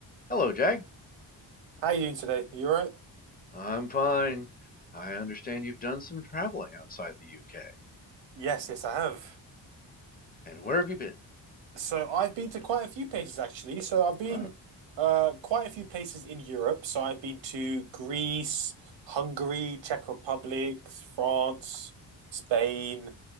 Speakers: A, on the left (about 20°); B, on the right (about 80°).
A: Hello, Jag.
B: How you doing today? Are you alright?
A: I'm fine. I understand you've done some traveling outside the UK.
B: Yes, yes, I have.
A: And where have you been?
B: So I've been to quite a few places actually. So I've been
A: Oh,
B: uh quite a few places in Europe. So I've been to Greece, Hungary, Czech Republic, France, Spain.